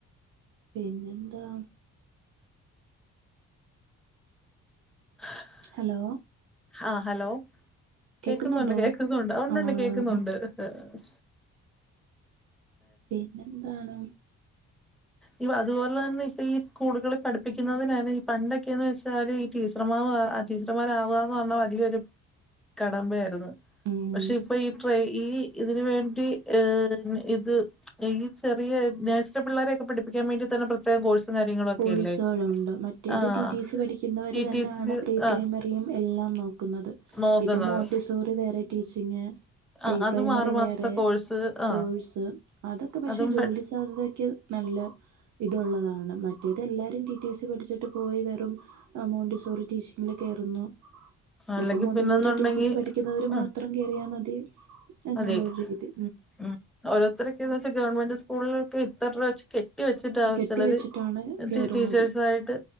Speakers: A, on the right (about 70°); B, in the centre.
A: പിന്നെന്താ
B: <unintelligible>
A: ഹലോ
B: ആഹ് ഹലോ കേക്കുന്ന്ണ്ട്
A: കേക്കുന്നുണ്ടോ
B: കേക്കുന്നുണ്ട് ഓണ്ടൊണ്ട്
A: ആഹ്
B: കേക്കുന്നുണ്ട് അഹ് ആഹ്
A: പിന്നെ എന്താണ്
B: ഇപ്പ അതുപോലെ തന്നെ ഇപ്പ ഈ സ്കൂളുകളില് പഠിപ്പിക്കുന്നതിനാണ് ഈ പണ്ടൊക്കെന്ന് വെച്ചാല് ഈ ടീച്ചർമാ ടീച്ചർമാരാവാന്ന് പറഞ്ഞാ വല്ലിയൊരു കടമ്പായിരുന്നു
A: ഉം
B: പക്ഷെ ഇപ്പൊ ഈ ട്രെ ഈ ഇതിന് വേണ്ടി ഏം ഇത് ഈ ചെറിയ നഴ്സറി പിള്ളേരെ പഠിപ്പിക്കാൻ വേണ്ടി തന്നെ പ്ര ഇത്രയുംകോഴ്സും കാര്യങ്ങളും ഒക്കെയല്ലേ
A: കോഴ്സെളുണ്ട് മറ്റേത്
B: ആഹ്
A: ടി ടി സി പഠിക്കുന്നവർ
B: ടി
A: തന്നെയാണ്
B: ടി സിക്ക്
A: പ്രീ പ്രൈമറി
B: ആഹ്
A: യിം എല്ലാം നോക്കുന്നത്
B: നോക്കുന്നത്
A: ഇപ്പൊം മോണ്ടിസോറി വേറെ ടീച്ചിംങ് പ്രീ
B: ആഹ് അതും
A: പ്രൈമറി
B: ആറു മാസത്തെ
A: വേറെ
B: കോഴ്സ് ആഹ്
A: കോഴ്സ് അതൊക്കെ പക്ഷെ
B: അതും
A: ജോലി
B: പെ
A: സ് സാധ്യതക്ക് നല്ല ഇതുള്ളതാണ് മറ്റേതെല്ലാരും ടി ടി സി പഠിച്ചിട്ട് പോയി വെറും ഏ മോണ്ടിസോറി ടീച്ചിംങിൽ കേറുന്നു
B: അല്ലെങ്കിൽ
A: ഇപ്പൊ മോണ്ടിസോറി
B: പിന്നെന്നുണ്ടെങ്കി
A: ടീച്ചിംങ് പഠിക്കുന്നവര്
B: ഉം
A: മാത്രം കേറിയാ മതി എന്നുള്ളൊരു
B: അതെ
A: രീതി
B: ഉം ഓരോരുത്തരക്കെന്ന് വെച്ചാ ഗവൺമെന്റ് സ്കൂൾ ലൊക്കെ ത്രരൂപ വെച്ച് കെ കെട്ടി വെച്ചിട്ടാ
A: കെട്ടി
B: ചിലര്
A: വെച്ചിട്ടാണ് കയറുന്നത്
B: ടീച്ചേഴ്സായിട്ട്